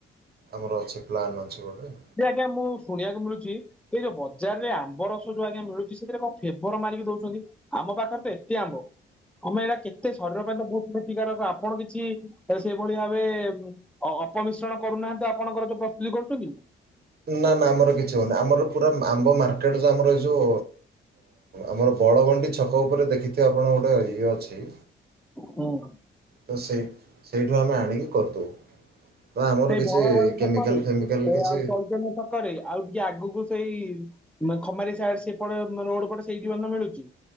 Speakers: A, on the right (about 50°); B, in the centre.
A: ଆମର ଅଛି ପ୍ଲାନ୍ ଅଛି ଗୋଟେ।
B: ଯେ ଆଜ୍ଞା ମୁଁ ଶୁଣିବାକୁ ମିଳୁଚି ଏଇ ଯୋଉ ବଜାରରେ ଆମ୍ବ ରସ ଯୋଉ ଆଜ୍ଞା ମିଳୁଛି ସେଥିରେ କଣ ଫ୍ଲେବର୍ ମାରିକି ଦଉଛନ୍ତି? ଆମ ପାଖରେ ତ ଏତେ ଆମ୍ବ ଆମେ ଏଇଟା କେତେ ଶରୀର ପାଇଁ ତ ବହୁତ ଗୁଡେ ପ୍ରତିକାର ଆପଣ କିଛି ଏ ସେଇଭଳି ଭାବେ ଉଁ ଅ ଅପମିଶ୍ରଣ କରୁନାହାନ୍ତି ଆପଣଙ୍କର ଯୋଉ ପ୍ରସ୍ତୁତି କରୁଛନ୍ତି।
A: ନା ନା ଆମର କିଛି ହଉନି, ଆମର ପୁରା ଆମ୍ବ ମାର୍କେଟ ଯଉ ଆମର ଏଇ ଯଉ ଆମର ବଳଗଣ୍ଡି ଛକ ଉପରେ ଦେଖିଥିବେ ଆପଣ ଗୋଟେ ଇଏ ଅଛି
B: ହୁଁ।
A: ତ ସେଇ, ସେଇଠୁ ଆମେ ଆଣିକି କରିଦଉ। ତ ଆମର
B: ସେଇ
A: କିଛି
B: ବଳଗଲି ଛକରେ
A: କେମିକାଲ ଫେମିକାଲ
B: ଏ
A: କିଛି
B: <unintelligible> ଛକରେ ଆଉ ଟିକେ ଆଗକୁ ସେଇ ଖମାରୀ ସାଇଟ ସେପଟେ ରୋଡ ପଟେ ସେଇଠିବନ ମିଳୁଚି।